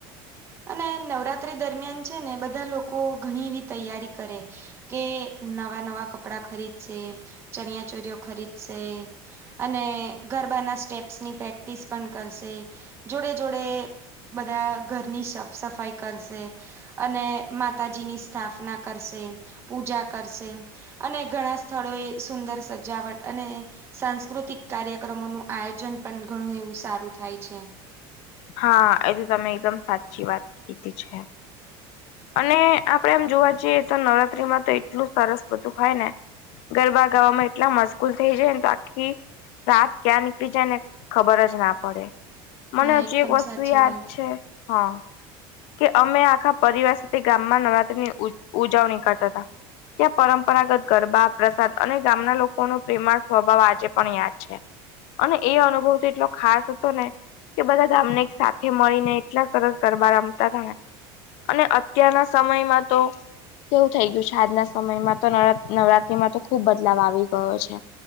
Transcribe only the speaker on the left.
હા એ તો તમે એકદમ સાચી વાત કીધી છે. અને આપડે એમ જોવા જઈએ તો નવરાત્રીમાં તો એટલું સરસ બધું હોય ને. ગરબા ગાવામાં એટલા મશગૂલ થઈ જાય ને તો આખી. રાત ક્યાં નીકળી જાય ને ખબર જ ના પડે. મને
હજુ એક વસ્તુ
યાદ
છે હા કે અમે આખા પરિવાર તે ગામમાં નવરાત્રીની ઉજ ઉજવણી કરતા હતા. ત્યાં પરંપરાગત ગરબા પ્રસાદ અને ગામના લોક લોકો પ્રેમા સ્વભાવ આજે પણ યાદ છે અને એ અનુભવ તો એટલો ખાસ હતો ને. કે બધા ગામને એક સાથે મળીને એટલા સરસ ગરબા રમતા તાને અને અ. ત્યા ના સમયમાં તો. કેવું થઈ ગયું છે આજના સમયમાં તો નવ નવરાત્રીમાં તો ખુબ બદલાવ આવી ગયો છે.